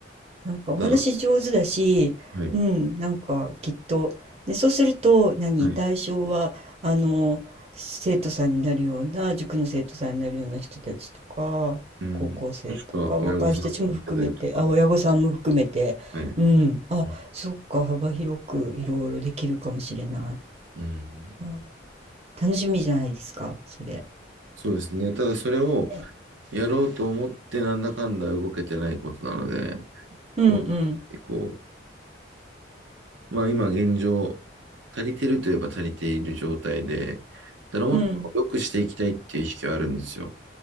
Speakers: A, on the right; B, on the right.
A: い。なんかお話上手だし、
B: だ、はい。
A: うん、なんかきっと、で、そうすると、何、
B: はい。
A: 対象は、あの、生徒さんになるような、塾の生徒さんになるような人たちとか、
B: うん。
A: 高校生とか、
B: もしくは親御さんの世代とか。
A: 若い人たちも含めて、あ、親御さんも含めて、
B: はい。う
A: うん、あ、
B: ん。
A: そっか、幅広くいろいろできるかもしれない。
B: うん
A: あ楽しみじゃないですか、それ。
B: そうですね。ただそれを
A: ね
B: やろうと思ってなんだかんだ動けてないことなので、
A: うんうん、
B: こう、こう、まあ今現状、足りてるといえば足りている状態で、ただもっと良くしていきたいっていう意識はあるんですよ。
A: うん、